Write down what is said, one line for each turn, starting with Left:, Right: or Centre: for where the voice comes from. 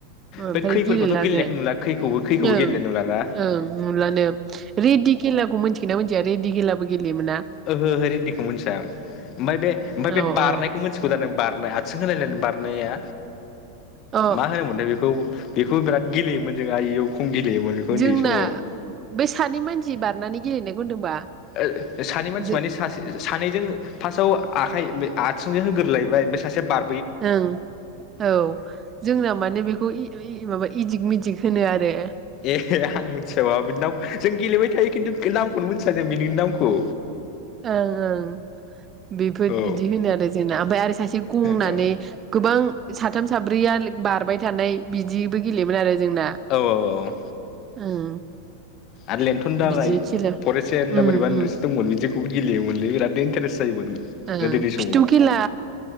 Right: ओमफ्राय
Left: बै खैफोरखौथ'
Right: गेलेलानो
Left: गेलेनायखौ नुला खैखौबो खैखौबो
Right: ओं
Left: गेलेनाय नुला ना।
Right: ओं नुलानो रिदि खेलाखौ मिथियोना मोनथिया रिदि खेलाबो गेलेयोमोना।
Left: ओहो ओहो रिदिखौ मिथिया आं ओमफ्राय बे ओमफ्राय बे
Right: औ
Left: बारनायखौ
Right: औ
Left: मोनथिगौ दा नों। बारनाय आथिं होलालायनाय बारनाया
Right: अ
Left: मा होनोमोनथाय बि खौ बेखौ बिराद गेलेयोमोन जों आयौ खम गेलेयोमोन बेखौ उन्दै
Right: जोंना
Left: समाव।
Right: बे सानै मानसि बारनानै गेलेनायखौ होनदोंबा?
Left: ओ ओ सानै मानसि
Right: जो
Left: माने सासे ओ सानैजों फार्स्टआव आखाइ आथिंजों होग्रोलायबाय ओमफ्राय सासेया बार
Right: ओं औ जोंनाव माने बेखौ इ इ माबा इदिक मिदिक होनो आरो
Left: ए आं मोनथि बाउवा बेनि नामखो जों गेलेबाय थायो किन्तु नाम बेखौनो मोनथिया जों मिनिनि नामखौ।
Right: ओं ओं बेफोर
Left: औ
Right: बिदि होनो आरो जोंना ओमफ्राय आरो सासे गंनानै
Left: औ
Right: गोबां साथाम साब्रैया बारबाय थानाय बिदिबो गेलेयोमोन आरो जोंना।
Left: औ औ औ
Right: ओं
Left: आरो लेन्थ'न दालाय
Right: बिदि खेला
Left: फरे सेन ना
Right: उम
Left: बोरैबा होनो
Right: उम
Left: दंमोन बिदिखौबो गेलेयोमोनलै बिरादनो इन्टारेस्ट जायोमोन।
Right: ओं
Left: गोदोनि समाव
Right: फिथु खेला